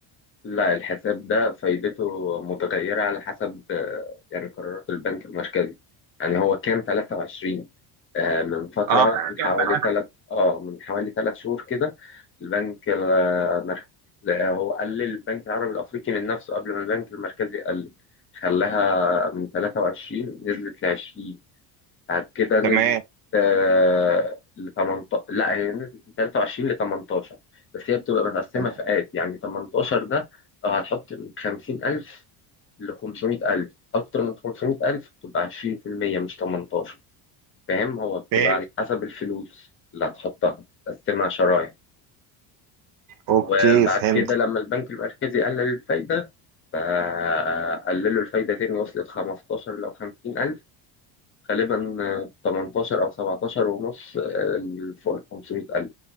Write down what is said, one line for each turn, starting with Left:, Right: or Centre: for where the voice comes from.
Left: لا الحساب ده فايدته متغيرة على حسب آه، يعني قرارات البنك المركزي يعني هو كان 23 آه، من فترة
Right: اه
Left: من
Right: كام
Left: حوالي
Right: بقى
Left: ثلاث اه من حوالي ثلاث شهور كده البنك المركزي هو قلل البنك العربي الأفريقي من نفسه قبل ما البنك المركزي قلل خلاها من 23 نزلت ل 20 بعد كده نزلت
Right: تمام
Left: آه، ل 18 لا هي نزلت من 23 ل 18 بس هي بتبقى متقسمه
Right: تمام.
Left: فئات يعني 18 ده لو هتحط من 50000 ل 500000 اكتر من 500000 بتبقى 20% مش 18 فاهم هو بتبقى
Right: فهمت
Left: على حسب الفلوس اللي هتحطها تقسمها شرايح
Right: اوكي
Left: وبعد
Right: فهمت
Left: كده لما البنك المركزي قلل الفايده فقللوا الفايده تاني وصلت 15 لو 50000 غالبا آه، 18 أو 17 ونص آه، ال- فوق ال 500000